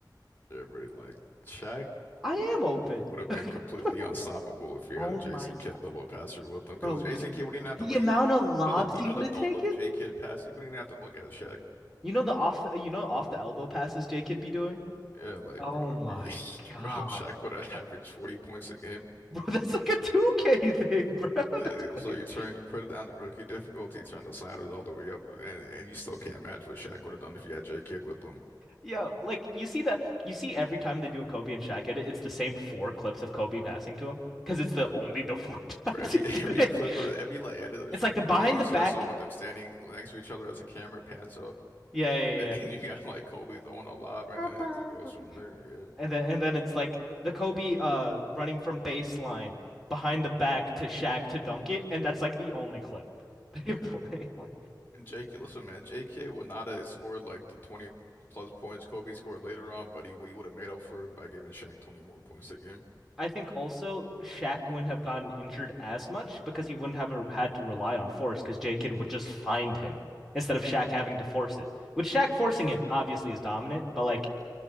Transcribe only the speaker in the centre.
I
am open.
<laughs>
oh
my God,
bro.
the
amount
of lobs
he
would
have
taken.
You know the off the, you know off the elbow passes J Kidd be doing?
Oh
my
God,
bro.
Bro, that's like a 2K thing, <laughs> bro. That's
crazy.
Yo, like you see the you see every time they do a Kobe and Shaq edit, it's the same four clips of Kobe passing to him because it's the
only the four <laughs> times
he
did
it.
It's
like the behind
the
back.
Yeah, yeah,
yeah.
yeah.
And then and then it's like the Kobe uh running from baseline behind the back to Shaq to dunk it, and that's like the only clip they
play.
<laughs>
I think also Shaq wouldn't have gotten injured as much because he wouldn't have a, had to rely on force because J Kidd would just find him instead of
Shaq having to force it. With Shaq
forcing
it, obviously is dominant, but like